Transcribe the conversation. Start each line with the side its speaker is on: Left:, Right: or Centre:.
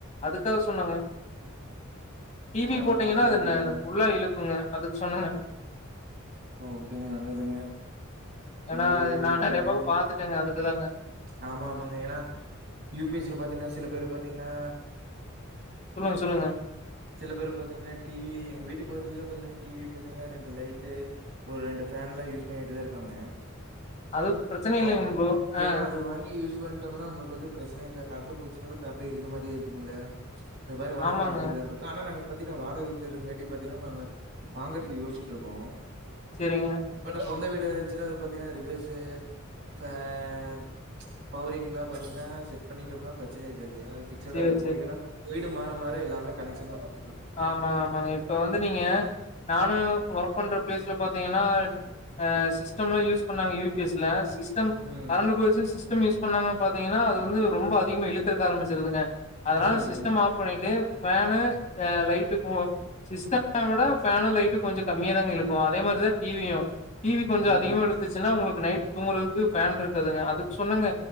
Left: அதுக்காக சொன்னங்க டிவி
Right: ஆ
Left: போட்டீங்கன்னா
Right: ஓகே,
Left: அது
Right: ஓகேங்க.
Left: ஃபுல்லா இழுக்குங்க அதுக்கு சொன்னங்க
Right: ஓ ஓகேங்க நல்லதுங்க சரி
Left: ஏன்னா நா
Right: ஓகேங்க.
Left: நெறைய பக்கோ பாத்துட்டங்க அதுக்குதாங்க
Right: ஆமா ஆமாங்க ஏனா யு பி எஸ் ல பாத்தீங்கனா சில பேரு பாத்தீங்கனா
Left: சொல்லுங்க சொல்லுங்க
Right: சில பேரு பாத்தீங்னா டிவி எங்க வீட்டு பக்கத்துலல்லா பாத்தீங்னா டிவி பாத்தீங்னா ரெண்டு லைட்டு ஒரு ரெண்டு ஃபேன்லா யூஸ் பண்ணிட்டுதா இருக்காங்க
Left: அது பிரச்சன இல்லைங்க
Right: ஆம்
Left: ப்ரோ
Right: அ ஏனா
Left: ஆ
Right: அது வாங்கி யூஸ் பண்ட்டோமுனா நம்ம போது பிரச்சன இருக்காது கரண்டு போச்சுனாலு கரண்டு இருக்க மாரியே இருக்கும்ல்ல அது மாரி வாங்கி
Left: ஆமாங்க
Right: மாட்டிர்லான் இரு நாங்க பாத்தீங்னா வாடக வீட்ல இருக்கங்காட்டி பாத்தீனா நாங்க வாங்கறக்கு யோச்சிட்டு இருக்கோ
Left: சேரிங்க
Right: பல சொந்த வீடு டா இருஞ்சினா அது பாத்தீங்னா ரிவேசு ஃபேன் பவரிங்ல பாத்தீங்ன்னா செட் பண்ணிட்டம்னா பிரச்சனை இருக்காது தே அது பிக்சடா
Left: சேரி
Right: இருக்கு
Left: சேரி
Right: இதனா வீடு மாற மாற எல்லாமே கனெஷன்ல குடு
Left: ஆமா ஆமாங்க இப்ப வந்து நீங்க நானு ஒர்க் பண்ற பிளேஸ்ல பாத்தீங்கன்னா அ சிஸ்டம்லா யூஸ் பண்ணாங்க ய பி எஸ்ல சிஸ்டம்
Right: ம்
Left: கரண்டு போய்ச்சு சிஸ்டம் யூஸ் பண்ணாங்க பாத்தீங்கன்னா அது வந்து ரொம்ப அதிகமா இழுக்கறக்க ஆரம்பிச்சிருதுங்க அதனால
Right: ம்
Left: சிஸ்டம் ஆஃப் பண்ணிட்டு ஃபேனு அ லைட்டு <unintelligible> சிஸ்டம விட ஃபேனு லைட்டு கொஞ்சோ கம்மியா தாங்க இழுக்கு அதே மாரிதா டிவியு டிவி கொஞ்சோ
Right: ம் ம்
Left: அதிகமா இழுத்துச்சுன்னா உங்களுக்கு நைட்டு் தூங்குறதுக்கு ஃபேன் இருக்காதுங்க அதுக்கு சொன்னங்க